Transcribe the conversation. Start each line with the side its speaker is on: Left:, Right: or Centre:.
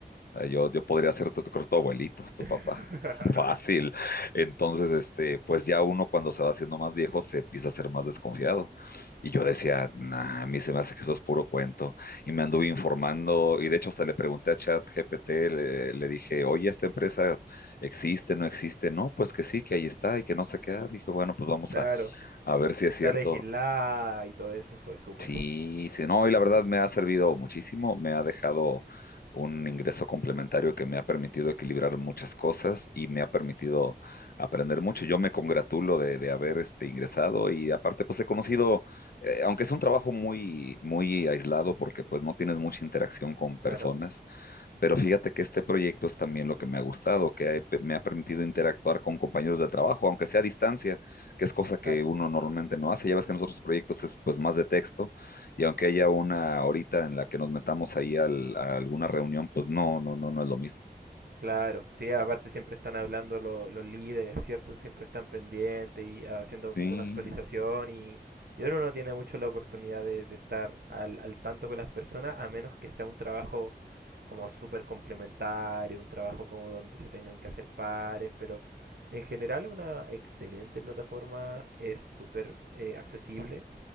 Left: Eh, Yo, yo podría ser tu, tu- creo, tu abuelito, tu
Right: <laughs>
Left: papá. <laughs> Fácil. Entonces, este, pues ya uno cuando se va haciendo más viejo se empieza a ser más desconfiado. Y yo decía, nah, a mí se me hace que eso es puro cuento. Y me anduve informando, y de hecho hasta le pregunté a ChatGPT, le, le dije, oye, ¿esta empresa existe, no existe? No, pues que sí, que ahí está y que no se queda. Dije, bueno, pues vamos
Right: Claro,
Left: a, a ver si
Right: que
Left: es
Right: está
Left: cierto.
Right: legislada y todo eso fue súper.
Left: Sí, sí, no, y la verdad me ha servido muchísimo, me ha dejado un ingreso complementario que me ha permitido equilibrar muchas cosas y me ha permitido aprender mucho. Yo me congratulo de, de haber este, ingresado y aparte pues he conocido, eh, aunque es un trabajo muy, muy aislado porque pues no tienes mucha interacción con personas,
Right: Claro,
Left: pero fíjate que este proyecto es también lo que me ha gustado, que he- me ha permitido interactuar con compañeros de trabajo, aunque sea a distancia, que es cosa que
Right: claro.
Left: uno normalmente no hace. Ya ves que en los otros proyectos es pues más de texto y aunque haya una horita en la que nos metamos ahí al- a alguna reunión, pues no, no, no, no es lo mismo.
Right: Claro, sí, aparte siempre están hablando lo- los líderes, ¿cierto? Siempre están pendientes y haciendo
Left: Sí,
Right: como una actualización y, y uno no tiene mucho la oportunidad de, de estar al, al tanto con las personas a menos que sea un trabajo como súper complementario, un trabajo como donde se tengan que hacer pares, pero en general es una excelente plataforma, es súper eh, accesible